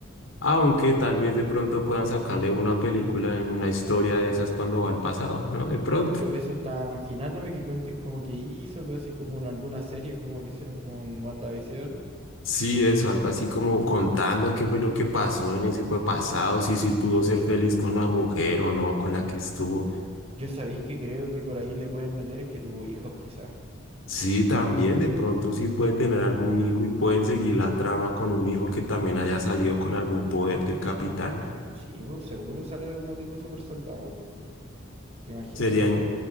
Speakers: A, on the left; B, on the right.
A: Aunque tal vez de pronto puedan sacarle una película en una historia de esas cuando va al pasado, ¿no? De pronto.
B: Yo eso estaba imaginándome que cuenten como que hizo, pero así como en alguna serie, como lo hicieron con WandaVision.
A: Sí, eso, algo así como contando qué fue lo que pasó en ese pues, pasado, si sí pudo ser feliz con la mujer o no, con
B: Y
A: la que estuvo.
B: yo sabéis que creo que por ahí le pueden meter que tuvo hijos quizás.
A: Sí, también de pronto sí puede tener algún hijo y pueden seguir la trama con un hijo que también haya salido con algún poder del capitán.
B: Sí, pues, seguro sale de como tipo super soldado. ¿Te imagináis,
A: Sería,
B: weón?
A: in-